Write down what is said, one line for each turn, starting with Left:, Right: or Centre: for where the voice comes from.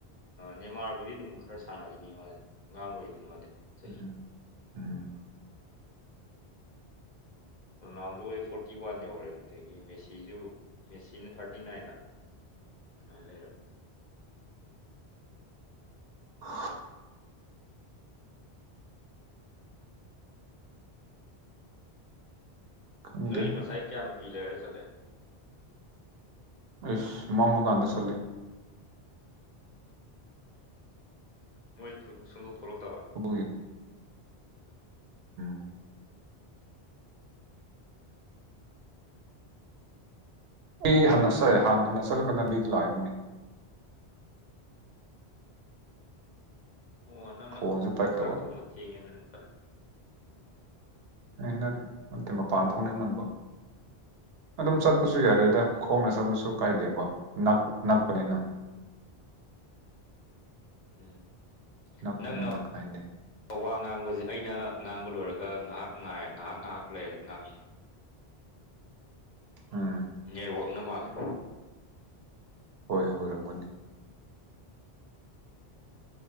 Left: ꯅꯦꯃꯥꯔꯕꯨꯗꯤ ꯑꯗꯨꯝ ꯈꯔ ꯁꯥꯟꯅꯈꯤꯅꯤ ꯃꯥ ꯑꯉꯥꯡꯕꯗꯅ ꯃꯥꯗꯤ ꯆꯍꯤ
Right: ꯎꯝ ꯎꯝ <inaudible>
Left: ꯔꯣꯅꯥꯜꯗꯣ ꯑꯣꯏ ꯐꯣꯔꯇꯤ ꯋꯥꯟ ꯌꯧꯔꯦ ꯑꯗꯒꯤ ꯃꯦꯁꯤꯁꯨ ꯃꯦꯁꯤꯅ ꯊꯥꯔꯇꯤ ꯅꯥꯏꯟꯂꯥ ꯑꯗꯨꯃꯥꯏꯅ ꯂꯩꯔꯕꯅꯦ
Right: ꯑ <inaudible> ꯈꯪꯗꯦ
Left: ꯅꯣꯏ ꯉꯁꯥꯏ ꯀꯌꯥꯝ ꯀꯨꯏ ꯂꯩꯦꯔ ꯆꯠꯂꯦ
Right: ꯏꯁ ꯃꯣꯃꯨꯒꯥꯟꯗ ꯆꯠꯂꯦ
Left: ꯃꯣꯏ ꯁꯟꯗꯧ ꯊꯣꯂꯛꯇꯦ
Right: ꯍ ꯎꯝ <unintelligible> ꯑꯩ ꯍꯟꯅ ꯆꯠꯂꯦ ꯍꯥꯟꯅ ꯍꯟꯅ ꯆꯠꯂꯀꯥꯟꯗ ꯃꯤꯗ ꯂꯥꯛꯑꯦ ꯃꯣꯏ
Left: ꯑꯣ ꯅꯪꯅ
Right: ꯐꯣꯟꯁꯨ ꯄꯥꯏꯈꯠꯇꯕ
Left: ꯅꯪ ꯆꯥꯛ ꯊꯣꯡꯕ ꯊꯦꯡꯉꯦ ꯅꯪ ꯆꯠꯂ
Right: ꯑꯩꯅ ꯅꯠꯇꯗꯤ ꯃꯄꯥꯟ ꯊꯣꯛꯣꯡꯅꯤꯡꯃꯟꯕ ꯑꯗꯨꯝ ꯆꯠ ꯆꯠꯄꯁꯨ ꯌꯥꯗꯦꯗ ꯈꯣꯡꯅ
Left: ꯑꯣ
Right: ꯆꯕꯁꯨ ꯀꯥꯏꯗꯦꯕ ꯅꯛ ꯅꯛꯄꯅꯤꯅꯥ
Left: ꯎꯝ
Right: ꯅꯈꯄꯅꯦ
Left: ꯅꯪꯅ
Right: ꯅꯈꯥꯏꯗꯦ
Left: ꯋꯥ ꯉꯥꯡꯕꯁꯦ ꯑꯩꯅ ꯉꯥꯡꯕ ꯂꯣꯏꯔꯒ ꯉꯥꯏꯍꯥꯛ ꯉꯥꯏ ꯉꯥꯏꯍꯥꯛ ꯉꯥꯏꯍꯥꯛ ꯂꯩꯔ ꯉꯥꯡꯉꯤ
Right: ꯍꯨꯝ
Left: ꯅꯦꯠꯋꯥꯛꯅ ꯃꯥꯜꯂꯦ
Right: ꯍꯣꯏ ꯑꯣꯏꯔꯝꯒꯅꯤ